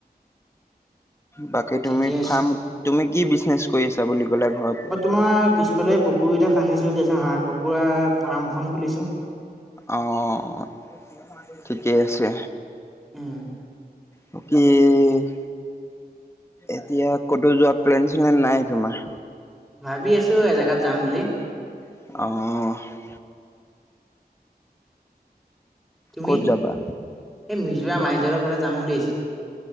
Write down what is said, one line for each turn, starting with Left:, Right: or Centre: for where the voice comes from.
Left: বাকী'
Centre: ঠিকে
Left: তুমি
Centre: আছে।
Left: ফাৰ্ম, তুমি কি বিজনেচ কৰিছা বুলি ক'লা ঘৰতে?
Centre: আমাৰ পিছফালে পুখুৰী এটা খান্দিছিল তাৰ পিছত হাঁহ-কুকুৰা ফাৰ্ম এখন খুলিছো।
Left: অঁ', ঠিকেই আছে।
Centre: উম।
Left: বাকী'- এতিয়া ক'তো যোৱা প্লেন-চলেন নাই তোমাৰ?
Centre: ভাবি আছো এজেগাত যাম বুলি।
Left: অঁহ'।
Centre: তুমি?
Left: ক'ত যাবা?
Centre: এই মিজোৰা আইজাৰা ফালে যাম বুলি ভাবিছোঁ।